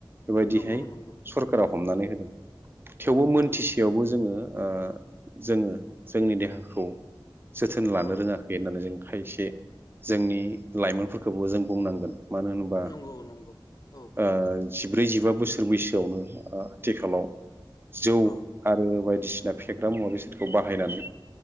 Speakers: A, on the right; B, on the left.
A: बेबायदिहाय
B: नंगौ नंगौ
A: सरकारा
B: नंगौ
A: हमनानै होदों। थेवबो मोनथिसेयावबो
B: नंगौ
A: जोङो ओ जोङो जोंनि देहाखौ जोथोन लानो
B: औ
A: रोङाखै होननानै जों खायसे जोंनि लाइमोनफोरखौबो जों बुंनांगोन। मानो होनोबा
B: नंगौ नंगौ औ
A: ओ जिब्रै जिबा बोसोर बैसोआवनो आथिखालाव जौ
B: औ
A: आरो बाय दिसिना फेग्रा मुवा बेसादखौ बाहायनानै